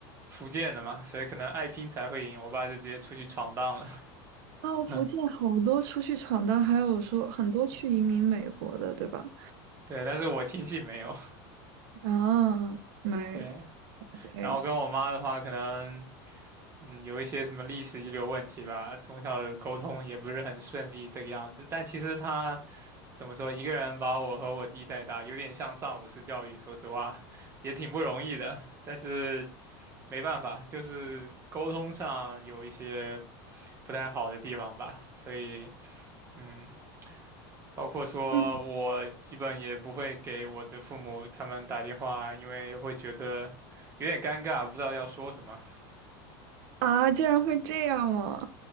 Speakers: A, on the right; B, on the right.
A: 福建的嘛，所以可能爱拼才会赢。我爸就直接出去闯荡了。
B: 哦，福建好多出去闯荡，
A: <laughs>
B: 还有说很多去移民美国的，对吧？
A: 对，但是我亲戚没有。
B: 啊，没
A: 对，
B: ，OK，
A: 然后跟我妈的话，可能。嗯，有一些什么历史遗留问题吧，从小沟通也不是很顺利这个样子。但其实他怎么说，一个人把我和我弟带大，有点像上武式教育，说实话，<laughs> 也挺不容易的。但是没办法，就是沟通上有一些不太好的地方吧。所以，嗯，包括说我基本也不会给我的父母他们打电话，
B: 嗯
A: 因为会觉得有点尴尬，不知道要说什么。
B: 啊，竟然会这样吗？